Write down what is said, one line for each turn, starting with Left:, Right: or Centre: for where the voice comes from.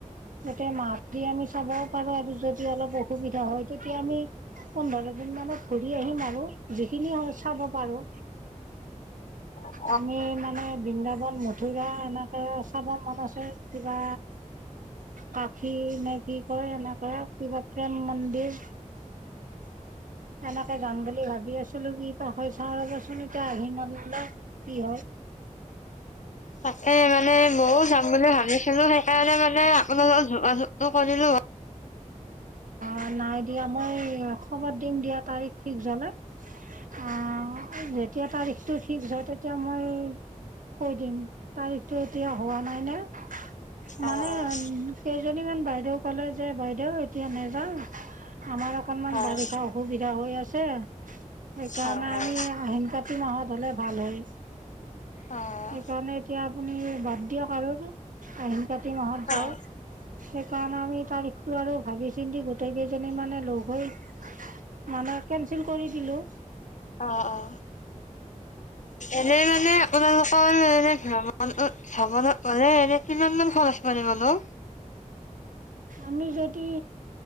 Right: গোটেই মাহ দি আমি চাবও পাৰো আৰু যদি অলপ অসুবিধা হয়, তেতিয়া আমি পোন্ধৰ দিন মানত ঘূৰি আহিম আৰু যিখিনি চাব পাৰো
Left: অ
Right: আমি মানে বৃন্দাবন মথুৰা এনেকৈ চাব মন আছে কিবা কাখি নে কি কয় এনেকৈ- কিবা প্ৰেম মন্দিৰ এনেকে যাম বুলি ভাবি আছিলো কি ত চাউ দিবাচোন এতিয়া আহি <unintelligible> মতল <unintelligible>
Left: তাকে মানে ময়ও যাম বুলি ভাবিছিলো সেইকাৰণে মানে আপোনালগত যোগাযোগ, <unintelligible> ত কৰিলো, <unintelligible>
Right: অ নাই দিয়া মই খবৰ দিম দিয়া তাৰিখ ফিক্স হলে। অ যেতিয়া তাৰিখ টো ফিক্স হোৱা তেতিয়া মই কৈ দিম তাৰিখ টো এতিয়া হোৱা নাই ন মানে
Left: অ', অ',
Right: কেইজনীমান বাইদেউক, ক'লে যে বাইদেউ এতিয়া নাযাওঁ আমাৰ অকনমান
Left: হয়,
Right: বাৰিষা অসুবিধা হৈ আছে সেইকাৰণে
Left: হয়,
Right: আমি আহিন কাতি মাহত হ'লে ভাল হয়
Left: হয়,
Right: সেইকাৰণে এতিয়া আপুনি বাদ দিয়ক আৰু আহিন কাতি মাহত যাওঁক
Left: অ',
Right: সেইকাৰণে আমি তাৰিখতটো আৰু ভাবি চিন্তি গোটেইকেইজনী মানে ল'গ হৈ মানে কে নবেল কৰি দিলোঁ
Left: অ অ এনে মানে আপোনালোকৰ এনে ভ্ৰমণত ভ্ৰমণত গলে এনে কিমান মান খৰচ পৰিব নো?
Right: আমি যদি